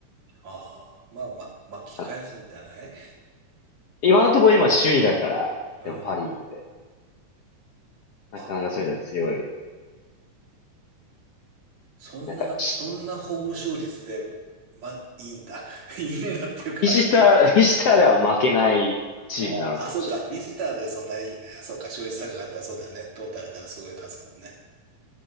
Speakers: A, on the right (about 55°); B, on the left (about 60°).
A: ああ、まあまあ、巻き返すんじゃない
B: <laughs> 今のところ今首位だから、
A: うん。
B: でもパリーグで。なかなかそういうのは強い。
A: あ、そんな、
B: なんか、し
A: そんな法務勝率で、ま、いいんだ。<laughs> いいんだっていうか、
B: ビジター、<laughs> ビジターでは負けないチームなのかもしれない。
A: ああ、あそうか。ビジターでそんなに、あそうか、勝率高かったらそうだね。トータルではすごい数もんね。